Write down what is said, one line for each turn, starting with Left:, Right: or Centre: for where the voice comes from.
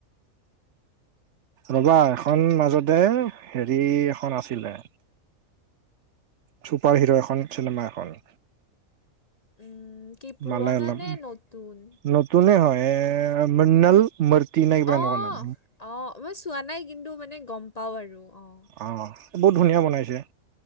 Right: ৰ'বা, এখন মাজতে, সেৰি এখন আছিলে। ছুপাৰহিৰো এখন, চিনেমা এখন।
Left: উম। কি পুৰণা
Right: মালায়লম।
Left: নে নতুন?
Right: নতুনে হয়, এ, <unintelligible> মুৰ্তি এনে, কিবা
Left: অ',
Right: এনেকুৱা নাম।
Left: অ'! মই চোৱা নাই। কিন্তু মানে, গম পাওঁ আৰু। অ'!
Right: অ'! বহুত ধুনীয়া বনাইছে!